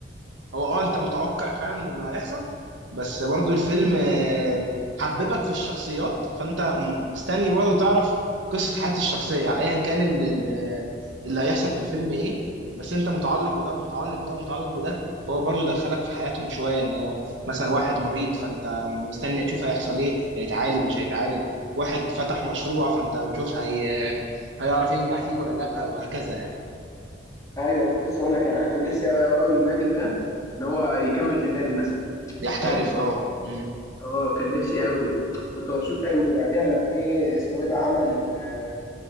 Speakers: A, on the right (about 80°); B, on the left (about 20°).
A: هو اه انت متوقع فعلا اللي هيحصل بس برضو الفيلم آه، حببك في الشخصيات فانت م- مستني برضو تعرف قصة حياة الشخصية ايا كان ال- ال- اللي هيحصل في الفيلم ايه بس انت متعلق بده ومتعلق بده ومتعلق بده فهو برضو دخلك في حياتهم شوية ان مثلا واحد مريض فانت مستني تشوف هيحصل ايه هيتعالج مش هيتعالج واحد فتح مشروع فانت بتشوف هي هيعرف ينجح فيه ولا لا وهكذا يعني.
B: ايوه انا كنت لسه اقول لك يعني انا كان نفسي قوي قوي قوي ماجد ده ان هو يكمل في النادي مثلا
A: يحترف
B: فاهم
A: اه امم
B: اه كان نفسي قوي كنت مبسوط قوي وبعدها لما جه اسمه ايه ده عمل ال-